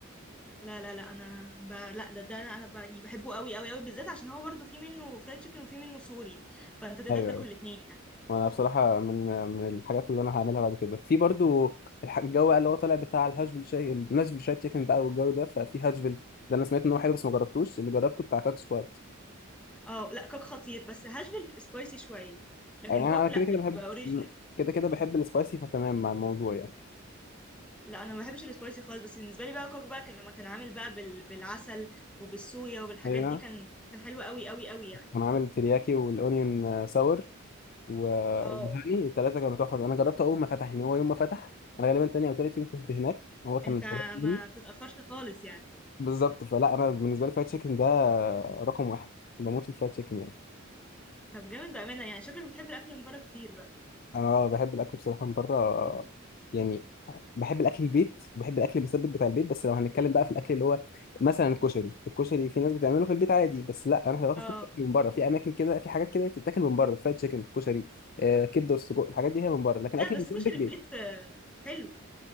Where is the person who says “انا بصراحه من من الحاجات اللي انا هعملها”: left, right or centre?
Left